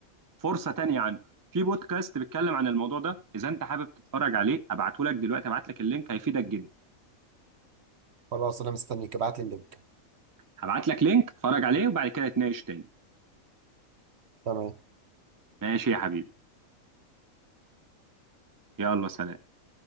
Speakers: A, on the right (about 20°); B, on the right (about 55°).
A: فرصة تانية عنه في بودكاست بيتكلم عن الموضوع ده اذا انت حابب تتفرج عليه ابعته لك دلوقتي ابعت لك اللينك هيفيدك جدا
B: خلاص انا مستنيك ابعت لي اللينك
A: هبعت لك لينك اتفرج عليه وبعد كده نتناقش تاني
B: تمام
A: ماشي يا حبيبي يلا سلام